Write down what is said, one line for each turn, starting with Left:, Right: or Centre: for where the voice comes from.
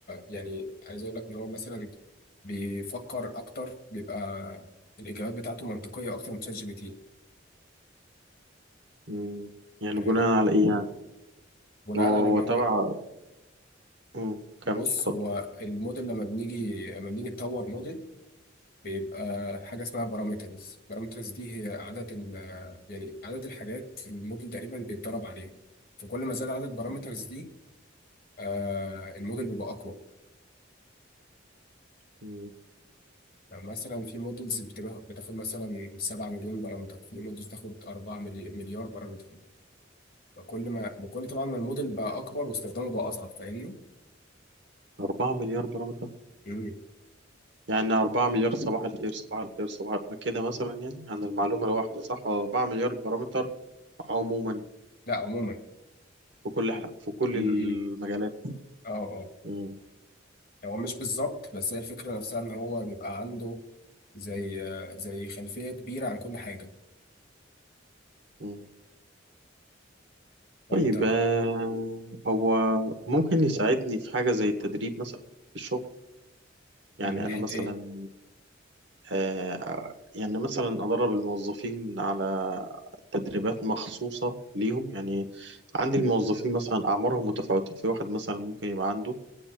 Left: يعني عايز أقول لك إن هو مثلا بيفكر أكتر بيبقى الإجابات بتاعته منطقية أكتر من تشات جي بي تي
Right: مم. يعني
Left: يعني
Right: بناء على إيه يعني
Left: بناء
Right: هو
Left: على
Right: هو
Left: إن هو
Right: تبع مم. كمل
Left: بص
Right: اتفضل
Left: هو الموديل لما بنيجي لما بنيجي نطور موديل بيبقى حاجة اسمها بارامترز بارامترز دي هي عدد ال يعني عدد الحاجات الموديل تقريبا بيتدرب عليها فكل ما زاد عدد البارامترز
Right: مم.
Left: دي آه الموديل بيبقى أقوى
Right: مم.
Left: يعني مثلا في موديلز بتبقى بتاخد مثلا 7 مليون بارامتر في موديلز بتاخد 4 ملي- مليار بارامتر فكل ما بكل طبعا ما الموديل بقى أكبر واستخدامه بقى أصعب فاهمني؟
Right: أربعة مليار بارامتر
Left: مم.
Right: يعني أربعة مليار صباح الخير صباح الخير صباح الخير. ما كده مثلا يعني عن المعلومة الواحدة صح ولا أربعة مليار بارامتر عموما
Left: لا عموما
Right: في كل ح- في كل
Left: امم
Right: المجالات
Left: اه اه
Right: مم.
Left: يعني هو مش بالظبط بس هي الفكرة نفسها إن هو بيبقى عنده زي آه، زي خلفية كبيرة عن كل حاجة
Right: مم.
Left: فانت
Right: طيب آه، هو ممكن يساعدني في حاجة زي التدريب مثلا في الشغل يعني
Left: من ناحية
Right: أنا مثلا
Left: ايه؟
Right: آه، يعني مثلا أدرب الموظفين على تدريبات مخصوصة ليهم يعني عندي الموظفين مثلا أعمارهم متفاوتة في واحد مثلا ممكن يبقى عنده